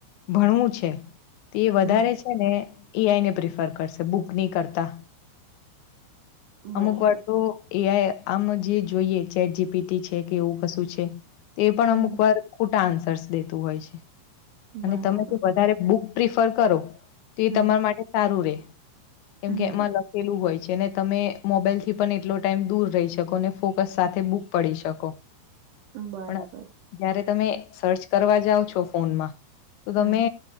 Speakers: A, on the left; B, on the right.
A: ભણવું છે. તો એ વધારે
B: હમ
A: છે ને એ આઈ ને પ્રિફર કરશે બુકની કરતા
B: બરાબર
A: અમુક વાર તો એ આ આમ જે જોઈએ ચેટ જીપીટી છે કે એવું કશું છે. એ પણ
B: હમ
A: અમુક વાર ખોટા આન્સર્સ દેતું હોય છે. અને
B: બરાબર
A: તમે જે વધારે બુક પ્રિફર કરો. તો
B: હમ
A: એ તમારા માટે સારું રે. કેમ
B: હમ
A: કે એમાં લખેલું હોય છે. જેને તમે મોબાઈલ થી પણ એટલો ટાઈમ દૂર રહી શકો અને ફોકસ સાથે બુક પઢી શકો.
B: બરાબર.
A: પણ જયારે તમે સર્ચ કરવા જાઓ છો ફોનમાં તો
B: હમ
A: તમે